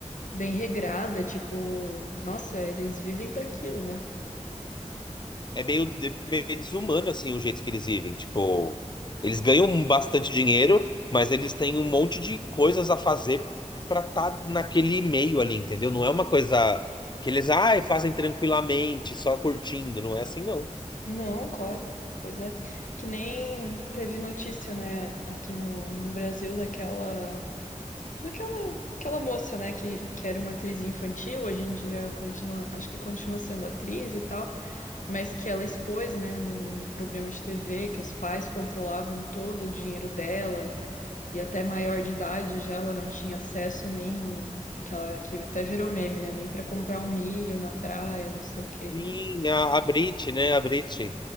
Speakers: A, on the left (about 80°); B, on the left (about 35°).
A: bem regrada, tipo, nossa, eles vivem para aquilo, né?
B: É meio, de meio desumano, assim, o jeito que eles vivem. Tipo, eles ganham bastante dinheiro, mas eles têm um monte de coisas a fazer pra estar naquele meio ali, entendeu? Não é uma coisa que eles, ai, fazem tranquilamente, só curtindo. Não é assim, não.
A: Não, claro. Pois é. Que nem teve notícia, né, aqui no, no Brasil daquela Daquela aquela moça, né, que, que era uma atriz infantil, hoje em dia continua, acho que continua sendo atriz e tal, mas que ela expôs, né, no, no programa de TV, que os pais controlavam todo o dinheiro dela, e até maior de idade já ela não tinha acesso nem aquela que até virou meme, né, nem para comprar um milho na praia, não sei o quê.
B: Sim, a, a Brit, né? A Brit.